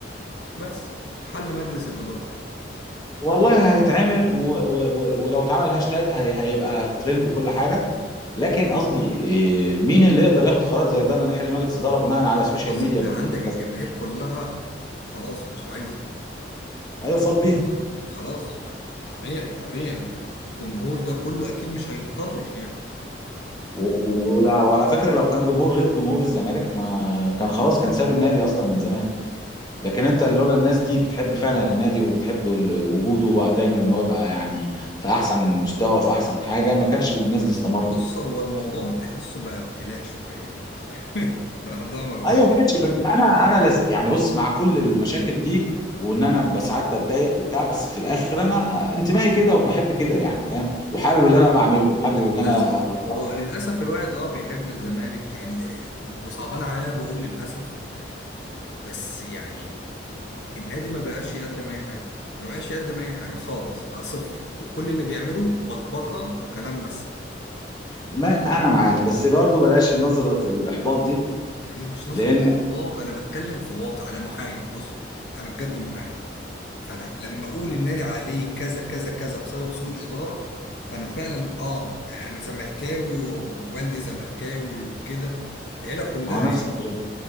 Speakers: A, on the left; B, on the left.
A: بس حل مجلس الإدارة
B: والله هيتعمل و... و... و... ولو اتعمل هاشتاج هي... هيبقى ترند وكل حاجه لكن قصدي إيه، مين اللي يقدر ياخد قرار زي ده ان نحل مجلس اداره بناء على سوشيال
A: بس
B: ميديا
A: انت
B: بتقول
A: عندك الجماهير
B: كذا
A: كلها خلاص مش عايزة
B: ايوه فاض بيها
A: خلاص ف- طبيعي طبيعي الجمهور ده كله أكيد مش هيطنش يعني
B: و... و... ولا- وعلى فكره لو كان جمهور غير جمهور الزمالك ما كان خلاص كان ساب النادي اصلا من زمان لكن انت لولا الناس دي بتحب فعلا النادي وبتحب ال- وجوده دايما ان هو يبقى يعني في احسن مستوى وفي احسن حاجه ما كانش الناس دي استمرت
A: بص هو الموضوع تحسه بقى ابتلاء شوية برضه يعني <laughs> الموضوع ما بقاش
B: ايوه ماشي بس انا انا لز... يعني بص مع كل المشاكل دي وان انا ب- ساعات بتضايق وبتاع بس في الاخر انا انتمائي كده وبحب كده يعني فاهم وحابب
A: ما-
B: اللي انا بعمله وحابب
A: للأسف
B: اللي انا بتفرج
A: هو للأسف الواحد اه بيحب الزمالك يعني ده- وصعبان عليا بقول للأسف بس يعني النادي ما بقاش يقدم اي حاجه ما بقاش يقدم اي حاجه خالص بقى صفر وكل اللي بيعمله بكبكه وكلام بس
B: ما انا معاك بس برضو بلاش نظره الاحباط دي
A: هي مش نظره
B: لان
A: احباط انا بتكلم في واقع انا محايد بص انا بجد محايد فانا لما اقول النادي عليه كذا كذا كذا بسبب سوء الاداره فانا فعلا اه يعني انا زملكاوي ووالدي زملكاوي وكده العيله كلها
B: ما هو نفس الكلام